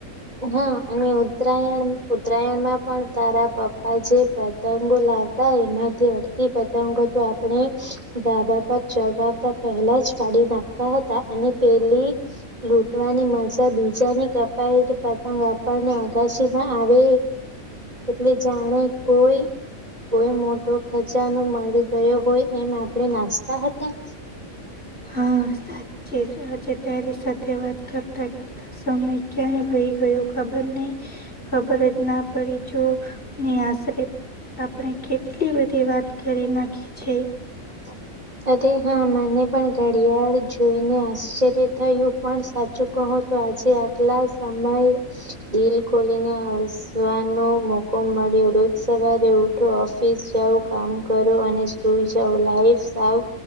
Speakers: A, on the right; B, on the left.
A: હા અને ઉત્તરાયણ ઉત્તરાયણમાં પણ તારા પપ્પા જે પ પતંગો લાવતા એમાંથી અડધી પતંગો તો આપણે ધાબા પર ચગાવતા પહેલા જ ફાડી નાખતા હતા અને પેલી લૂટવાની મજા બીજાની કપાઈ પતંગ આપણને અગાશીમાં આવે એટલે જાણે કોઈ કોઈ મોટો ખજાનો મળી ગયો હોય એમ આપણે નાચતા હતા.
B: હા સાચી જ આજે તારી સાથે વાત કરતા કરતા સમય ક્યાં વહી ગયો ખબર નહીં ખબર જ ના પડી જો આશરે આપણે કેટલી બધી વાત કરી નાખી છે.
A: <inaudible> અરે હા મને પણ ઘડિયાળ જોઈને આશ્ચર્ય થયું પણ સાચું કહું તો. <unintelligible> આટલા સમય દિલ ખોલીને હસવાનો મોકો મળ્યો. રોજ સવારે ઉઠો ઓફિસ જાવ કામ કરો અને સુઈ. <unintelligible> સાવ